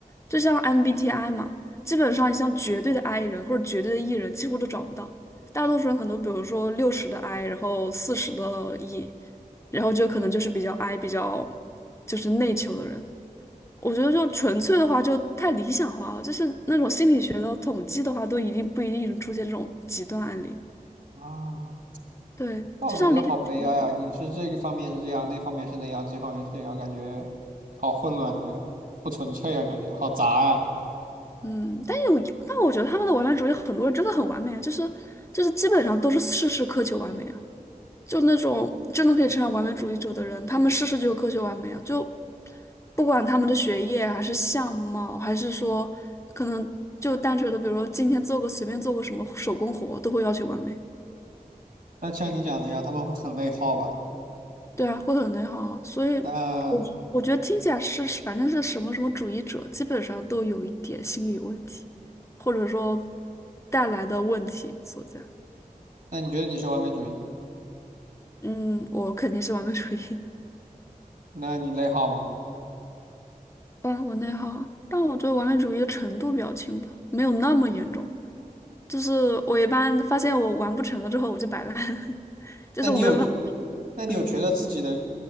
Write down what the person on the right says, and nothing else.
啊
那我总觉得好悲哀啊！
你是这个方面是这样，那方面是那样，这方面是这样，感觉好混乱的感觉，不纯粹啊，感觉好杂啊。
那像你讲的呀，他们会很内耗吧？
那
那你觉得你是完美主义？
那你内耗吗？
那你有觉那你有觉得自己的